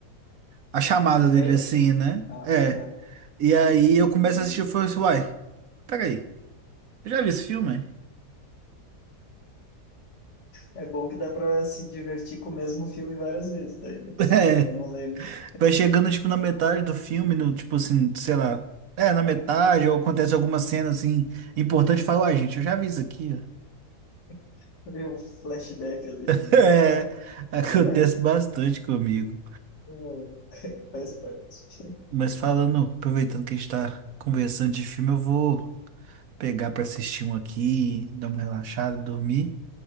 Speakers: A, on the right; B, on the left.
A: a chamada
B: O trailer?
A: dele assim, né?
B: Ah,
A: É. E aí eu começo
B: uhum.
A: a assistir e eu falo assim, uai, peraí, eu já vi esse filme?
B: É bom que dá pra se divertir com o mesmo filme várias vezes, daí, né?
A: <laughs>
B: Se
A: É.
B: o cara não lembra,
A: Vai chegando, tipo, na metade do filme, no, tipo assim, sei lá. É, na metade, ou acontece alguma cena, assim, importante, e fala, uai, gente, eu já vi isso aqui, ó.
B: <laughs> vê um flashback ali.
A: <laughs> É,
B: Opa,
A: acontece
B: toma aí.
A: bastante comigo.
B: Hum, <laughs> Faz parte.
A: Mas falando, aproveitando que a gente tá conversando de filme, eu vou pegar pra assistir um aqui, dar uma relaxada, dormir.